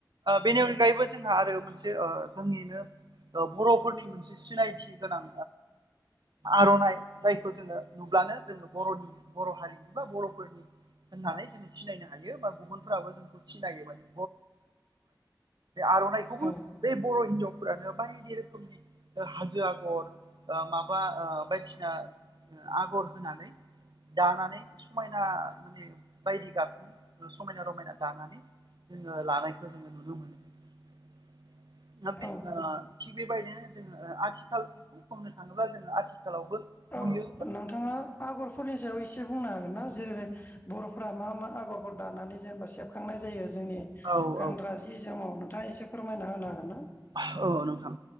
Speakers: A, on the right; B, on the left.
A: बेनि अनगायैबो जोंहा आरो मोनसे ओ जोंनिनो बर'फोरनि मोनसे सिनायथि गोनां आर'नाइ जायखौ जोङो नुब्लानो जोङो बर'नि बर' हारिनि बा बर'फोरनि होननानै जोंङो सिनायनो हायो बा गुबुनफोराबो जोंखौ सिनायो मोन आर'नाइखौबो
B: औ
A: बे बर' हिनजाव फोरानो बायदि रोखोमनि हाजो आगर माबा ओ बायदिना आगर होनानै दानानै समायना माने बायदि गाब समायना रमायना दानानै जोङो लानायखौ जोङो नुनो मोनो द बे
B: औ
A: थिग बेबायदिनो जोङो आथिखालखौ बुंनो थाङोब्ला जोङो आथिखालावबो
B: औ
A: नुयो
B: नोंथाङा आगरफोरनि सायाव एसे बुंनो आरोना जेरै बे बर'फ्रा मा मा आगरखौ दानानै जेनेबा सेबखांनाय जायो। जोंनि
A: ओ
B: गानग्रा
A: औ
B: जि जोमाव नोंथाङा एसे फोरमायना होनो हागोन ना
A: <unintelligible> औ नोंखां